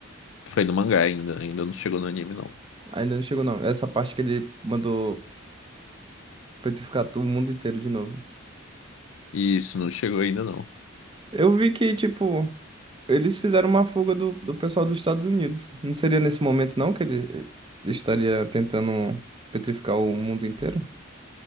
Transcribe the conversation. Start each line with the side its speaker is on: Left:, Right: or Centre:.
Left: Foi no mangá ainda, ainda não chegou no anime, não.
Right: Ainda não chegou, não. Essa parte que ele mandou petrificar o mundo inteiro de novo.
Left: Isso, não chegou ainda, não.
Right: Eu vi que, tipo, eles fizeram uma fuga do, do pessoal dos Estados Unidos. Não seria nesse momento, não, que ele estaria tentando petrificar o mundo inteiro?